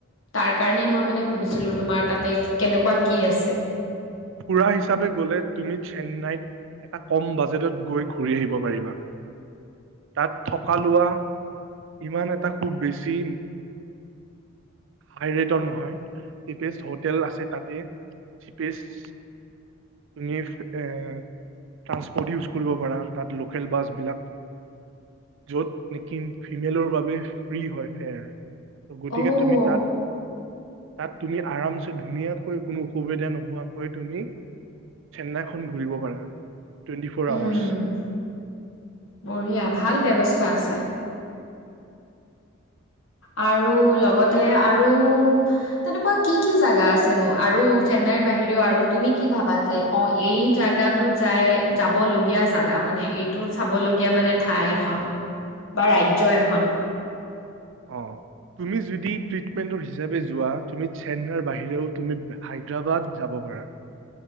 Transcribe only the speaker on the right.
ফুৰা হিচাপে গ'লে তুমি চেন্নাইত এটা কম বাজেটত গৈ ঘূৰি আহিব পাৰিবা। তাত থকা লোৱা ইমান এটা। খুব বেছি হাই ৰেটৰ নহয় চিপে হোটেল আছে তাতে চিপেষ্ট। তুমি এ', ট্ৰানসপৰ্ট ইউজ কৰিব পাৰা তাত লোকেল বাছ বিলাক য'ত নেকি ফিমেলৰ বাবে ফ্ৰী হয় ফেয়ৰ। ত ', গতিকে
তুমি তাত। তাত তুমি আৰামছে ধুনীয়াকৈ কোনো অসুবিধা নোহোৱো। কৈ তুমি চেন্নাইখন ঘূৰিব পাৰা। টুৱেণ্টি ফ'ৰ
আৱাৰ্চ
অঁ তুমি যদি ট্ৰিটমেণ্টৰ হিচাপে যোৱা তুমি চেন্নাইৰ বাহিৰেও তুমি হায়দৰাবাদ যাব পাৰা।